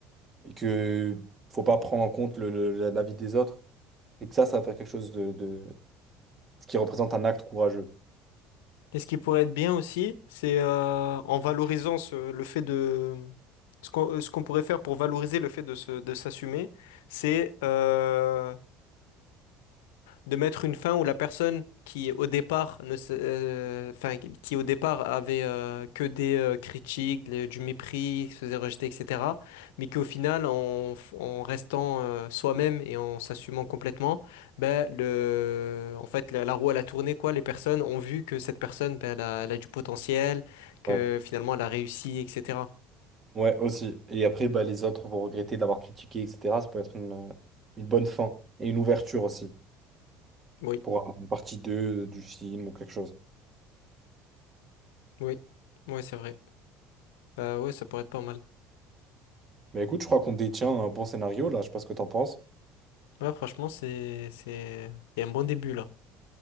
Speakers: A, on the right; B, on the left.
A: et que faut pas prendre en compte le, le- la, la vie des autres et que ça, ça va faire quelque chose de, de- ce qui représente un acte courageux.
B: Et ce qui pourrait être bien aussi, c'est euh, en valorisant ce- le fait de... Ce qu'on ce qu'on pourrait faire pour valoriser le fait de se- de s'assumer, c'est euh, de mettre une fin où la personne qui au départ ne s- euh, enfin qui au départ avait euh, que des euh, critiques le- du mépris se faisait rejeter etc mais qu'au final en, f- en restant euh, soi-même et en s'assumant complètement ben le en fait la, la roue elle a tourné quoi les personnes ont vu que cette personne ben, elle a, elle a du potentiel que
A: Ouais.
B: finalement elle a réussi etc
A: Ouais, aussi. Et après, bah, les autres vont regretter d'avoir critiqué, etc. Ça peut être une, euh, une bonne fin et une ouverture aussi
B: oui
A: pour un- une partie 2 euh, du film ou quelque chose.
B: oui oui ouais, c'est vrai bah ouais ça pourrait être pas mal
A: Mais écoute, je crois qu'on détient un bon scénario là. Je sais pas ce que t'en penses.
B: ouais franchement c'est c'est il y a un bon début là